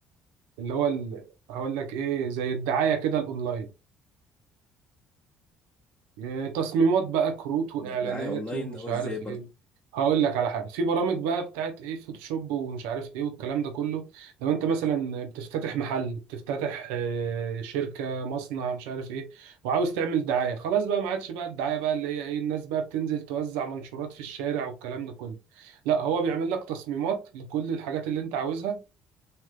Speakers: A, on the right; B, on the left.
A: اللي هو ال- هقول لك ايه زي الدعاية كده الاونلاين يا تصميمات بقى كروت واعلانات
B: ده- دعاية أونلاين
A: ومش
B: اللي هو
A: عارف
B: إزاي برضه
A: ايه هقول لك على حاجه في برامج بقى بتاعت ايه فوتوشوب ومش عارف ايه والكلام ده كله لو انت مثلا بتفتتح محل بتفتتح آه، شركه مصنع مش عارف ايه وعاوز تعمل دعايه خلاص بقى ما عادش بقى الدعايه بقى اللي هي ايه الناس بقى بتنزل توزع منشورات في الشارع والكلام ده كله لا هو بيعمل لك تصميمات لكل الحاجات اللي انت عاوزها